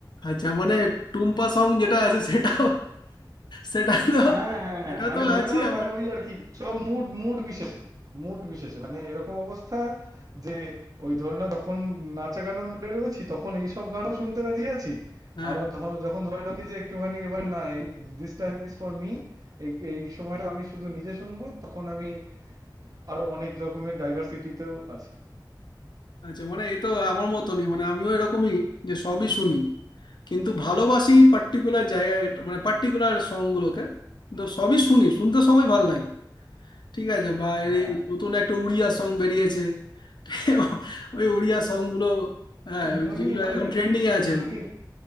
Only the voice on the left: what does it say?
আচ্ছা মানে টুম্পা সং যেটা আছে সেটা সেটা তো
এটা
তো
আছি
আবার
হ্যাঁ
আচ্ছা মানে এ তো আমার মতনই মানে আমিও এরকমই যে সবই শুনি কিন্তু ভালোবাসি পার্টিকুলার জায়গায় মানে পার্টিকুলার সংগুলোকে কিন্তু সবই শুনি শুনতে সবাই ভালো লাগে ঠিক আছে বা এর
এই নতুন একটা উড়িয়া সং বেরিয়েছে <laughs> ওই উড়িয়া সং গুলো হ্যাঁ ওই
যেগুলো
এখন ট্রেন্ডিং এ আছে
আর কি